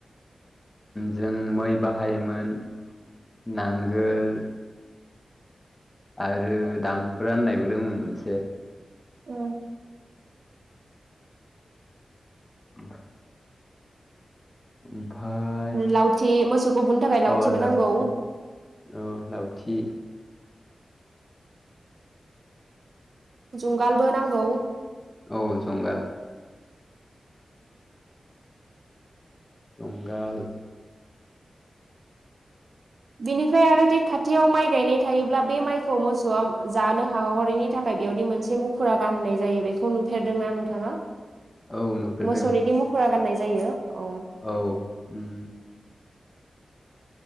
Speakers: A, on the left (about 20°); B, on the right (about 65°).
A: जों मै बाहायोमोन नांगोल आरो दांखुरा होननायबो दोंमोन मोनसे
B: औ
A: <inaudible> ओमफाय
B: लावथि मोसौखौ बुनो थाखाय
A: <unintelligible>
B: लावथिबो
A: ओ लावथि
B: नांगौ जुंगालबो नांगौ
A: औ जुंगाल जुंगाल
B: बिनिफ्राय आरो दि खाथियाव माइ गायनाय थायोब्ला बे माइखौ मोसौआ जानो हाहरिनि थाखाय बेयावदि मोनसे मुखुरा गानहोनाय जायो बेखौ नुफेरदोंना नोंथाङा
A: औ नुफेरदों
B: मोसौनिदि मुखुरा गाननाय जायो औ
A: औ औम